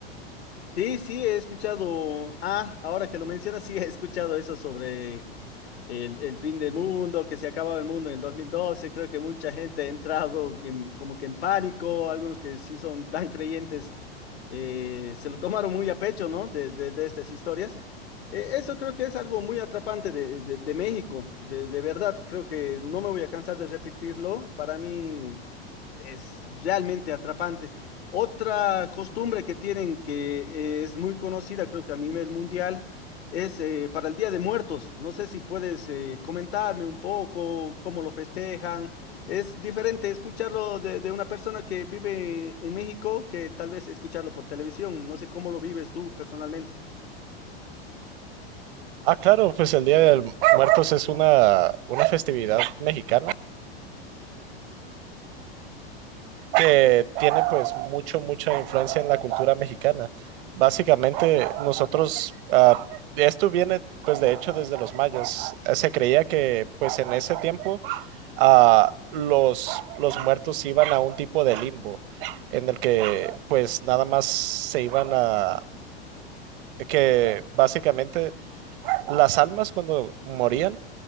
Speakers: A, on the left; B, on the right.
A: Sí, sí, he escuchado. Ah, ahora que lo mencionas, sí, <laughs> he escuchado eso sobre el, el fin del mundo, que se acababa el mundo en el 2012. Creo que mucha gente ha entrado en- como que en pánico, algunos que sí son tan creyentes eh, se lo tomaron muy a pecho, ¿no? De, de- de estas historias. Eh, eso creo que es algo muy atrapante de, de- de México, de, de verdad, creo que no me voy a cansar de repetirlo, para mí es realmente atrapante. Otra costumbre que tienen que eh, es muy conocida, creo que a nivel mundial, es eh, para el Día de Muertos. No sé si puedes eh, comentarme un poco cómo lo festejan es diferente escucharlo de, de una persona que vive en México que tal vez escucharlo por televisión. No sé cómo lo vives tú personalmente.
B: Ah, claro, pues el Día de Muertos es una, una festividad mexicana. que tiene pues mucho, mucha influencia en la cultura mexicana. Básicamente nosotros, ah, esto viene pues de hecho desde los mayas. Eh, Se creía que pues en ese tiempo ah, los, los muertos iban a un tipo de limbo en el que pues nada más se iban a... que básicamente las almas cuando morían